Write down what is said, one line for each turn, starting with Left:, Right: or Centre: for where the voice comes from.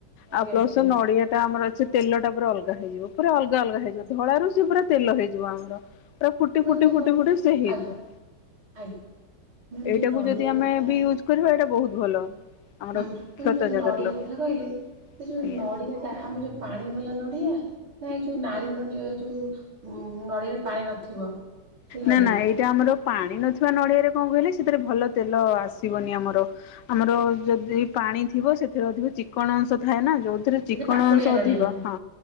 Right: ଆଜ୍ଞା
Left: ଆଉ ପ୍ଲସ୍‌
Right: ଆଜ୍ଞା
Left: ନଡିଆ ଟା ଆମର ଅଛି। ତେଲ ଟା ପୁରା ଅଲଗା ହେଇଯିବ। ପୁରା ଅଲଗା ଅଲଗା ହେଇଯିବ। ଧଳାରୁ ସେ ପୁରା ତେଲ ହେଇଯିବ ଆମର। ପୁରା ଫୁଟି
Right: ମ୍ୟାମ୍
Left: ଫୁଟି
Right: ଯୋଉ
Left: ଫୁଟି
Right: କହିଲେ
Left: ଫୁଟି ସେ ହେଇଯିବ।
Right: ଆଜ୍ଞା ଆଜ୍ଞା ମ୍ୟାମ୍
Left: ଏଇଟାକୁ
Right: ଯୋଉ ନଡ଼ିଆ
Left: ଯଦି ଆମେ
Right: କଥା
Left: ବି ୟୁଜ୍‌ କରିବା ଏଇଟା ବହୁତ ଭଲ। ଆମର
Right: ହୁଁ ମୁଁ
Left: କ୍ଷତ
Right: ଯୋଉ
Left: ଜାଗାରେ
Right: ନଡିଆ
Left: ଲଗେଇଲେ
Right: କଥା କ କହିଲେ ସେ ଯୋଉ
Left: ଆଜ୍ଞା।
Right: ନଡିଆ ଟା ଆମେ ଯୋଉ ପାଣି ବାଲା ନଡିଆ। ନାଇଁ ଯୋଉ ନାଳୀ ନଡିଆ ଯୋଉ ନଡ଼ିଆରେ ପାଣି ନଥିବ। ସେ ନଡ଼ିଆ
Left: ନା ନା ଏଇଟା ଆମର ପାଣି ନଥିବା ନଡିଆରେ କଣ କହିଲେ ସେଥିରେ ଭଲ ତେଲ ଆସିବନି ଆମର। ଆମର ଯଦି ପାଣି ଥିବ ସେଥିରେ ଅଧିକ ଚିକଣ ଅଂଶ ଥାଏ ନା ଯୋଉ ସେଥିରେ
Right: ଟିକେ
Left: ଚିକଣ
Right: ପାକୁଳିଆ
Left: ଅଂଶ
Right: ନଡ଼ିଆ
Left: ଅଧିକ ହଁ।